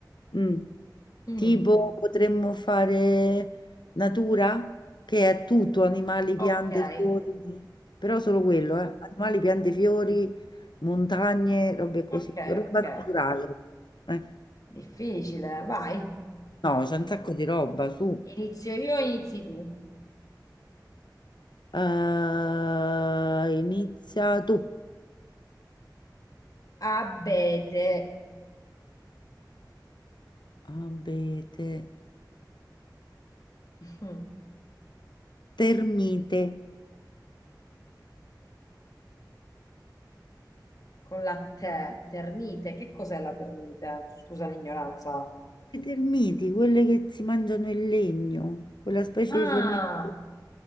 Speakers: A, on the left (about 75°); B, on the left (about 50°).
A: Mm.
B: Mm,
A: Tipo potremmo fare natura, che è tutto, animali,
B: ok,
A: piante, fiori, però solo quello,
B: Mm,
A: eh. Animali, piante, fiori, montagne, robe così,
B: ok,
A: roba
B: ok.
A: naturale. eh.
B: Difficile, vai.
A: No, c'è un sacco di roba, su.
B: Inizio io, inizi tu.
A: Eh, inizia tu.
B: Abete.
A: Abete.
B: Mm.
A: Termite.
B: Con la te, ternite. Che cos'è la ternite? Scusa l'ignoranza.
A: Le termiti, quelle che si mangiano il legno, quella specie
B: Ah,
A: di formiche.